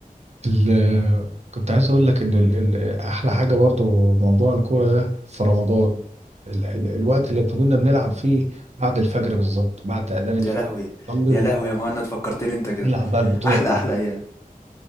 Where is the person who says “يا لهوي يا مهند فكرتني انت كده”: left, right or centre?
Left